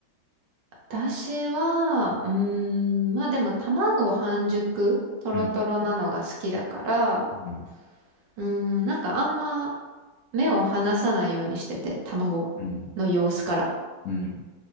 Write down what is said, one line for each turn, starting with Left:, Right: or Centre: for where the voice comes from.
Right: 私は、うーん、まあでも卵半熟、トロトロなのが好きだから、
Left: うん、うん、
Right: うーん、なんかあんま目を離さないようにしてて、卵の様子から。
Left: うん、うん、